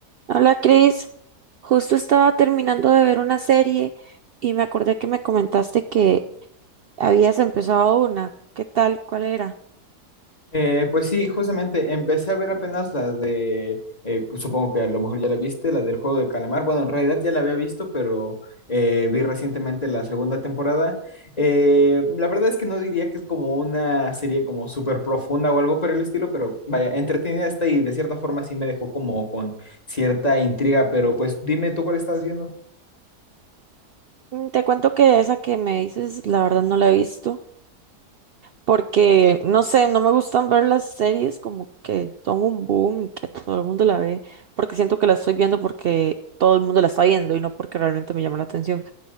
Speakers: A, on the right (about 75°); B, on the left (about 25°).
A: Hola Cris, justo estaba terminando de ver una serie y me acordé que me comentaste que habías empezado una. ¿Qué tal? ¿Cuál era?
B: Eh, pues sí, justamente empecé a ver apenas la de, eh, pues, supongo que a lo mejor ya la viste, la del juego de calamar. Bueno, en realidad ya la había visto, pero eh, vi recientemente la segunda temporada. Eh, la verdad es que no diría que es como una serie como súper profunda o algo por el estilo, pero vaya, entretenida está y de cierta forma sí me dejó como con cierta intriga, pero pues dime tú cuál estás viendo.
A: Mm, Te cuento que esa que me dices, la verdad no la he visto porque no sé, no me gustan ver las series como que son un boom y que todo el mundo la ve porque siento que la estoy viendo porque todo el mundo la está viendo y no porque realmente me llama la atención.